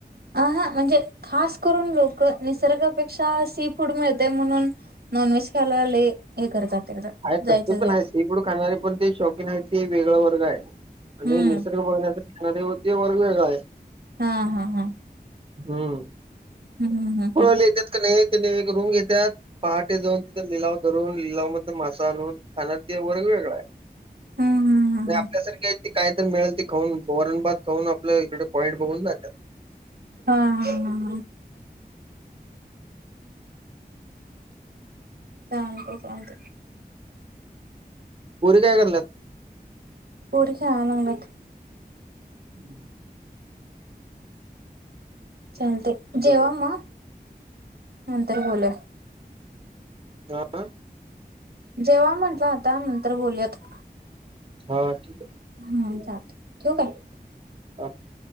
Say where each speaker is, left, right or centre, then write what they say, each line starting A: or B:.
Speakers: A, on the right; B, on the right.
A: अ हा म्हणजे खास करून लोक निसर्गापेक्षा सी फूड मिळतय म्हणून नॉनव्हेज खायला लई करतात तिकडं
B: आहे
A: जायचं
B: तसली
A: जायचं
B: पण हाई सीफुड खाणारी पण ते शौकीिन आहेत ते वेगळा वर्गाय आणि
A: हम्म
B: निसर्ग बघण्याचा <unintelligible> त्यो वर्ग वेगळाय
A: हा हा हा
B: हम्म
A: हम्म हम्म हम्म
B: <unintelligible> येतात का नाही त्यानी एक रूम घेत्यात पहाटे जाऊन तिथं लिलाव धरून लिलाव मधन मासा आणून खाणार त वर्ग वेगळाय
A: हम्म हम्म. हम्म
B: आपल्यासारखे
A: हम्म
B: ते काय तर मिळेल ते खाऊन वरण भात खाऊन आपलं इकडे पॉईंट बघून जात्यात.
A: हा हा हा हा चालत चालत.
B: पोरं काय करायलात.
A: पोरं खेळा लागल्यात.
B: <unintelligible>
A: चालते
B: बर
A: जेवा म नंतर बोलू या.
B: हा.
A: जेवा म्हटलं आता नंतर बोलयात.
B: हा ठीक आहे.
A: हा चाल ठेव काय.
B: अच्छा.